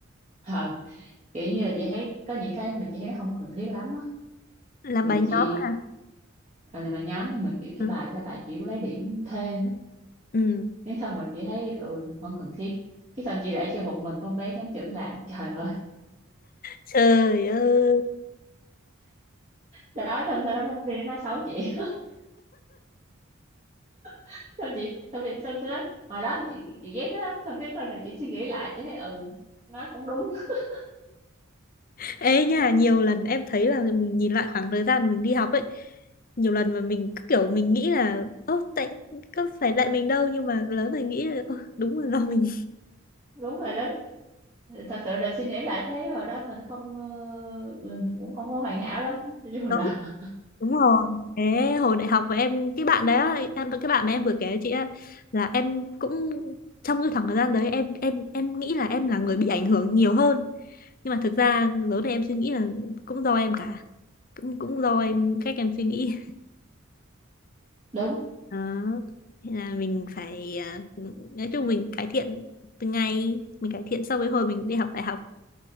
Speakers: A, on the right; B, on the left.
A: Ờ, kiểu như là chị thấy có những cái mà chị thấy nó không cần thiết lắm á
B: làm
A: thì
B: bài nhóm
A: chị
B: à?
A: ờ, làm bài nhóm nhưng mà kiểu cái
B: Ừ.
A: bài đó là bài kiểu lấy điểm thêm á
B: Ừ.
A: Thế xong rồi chị thấy ừ, không cần thiết cái xong chị để cho một mình con bé giám trưởng làm trời ơi
B: Trời ơi.
A: đó xong sau đó nó đi nó nói xấu chị <laughs> xong chị xong, rồi- xong sau đó hồi đó thì chị chị ghét nó lắm xong cái sau này chị suy nghĩ lại chị thấy ừ nó cũng đúng <laughs>
B: Ê nha, nhiều lần em thấy là mình nhìn lại khoảng thời gian mình đi học ấy, nhiều lần mà mình cứ kiểu mình nghĩ là ô tại có phải tại mình đâu nhưng mà lớn rồi nghĩ là "Ơ, đúng rồi do mình
A: đúng rồi đó thật sự là suy nghĩ lại thấy hồi đó mình không ờ, mình cũng không có hoàn hảo lắm nói chung là
B: đúng đúng rồi thế hồi đại học của em cái bạn đấy á, em cái bạn mà em vừa kể chị á là em cũng trong cái khoảng thời gian đấy em em em nghĩ là em là người bị ảnh hưởng nhiều hơn nhưng mà thực ra lớn này em suy nghĩ là cũng do em cả cũng cũng do em cách em suy nghĩ
A: <laughs> đúng
B: đó Thế là mình phải à, nói chung mình cải thiện từng ngày mình cải thiện so với hồi mình đi học đại học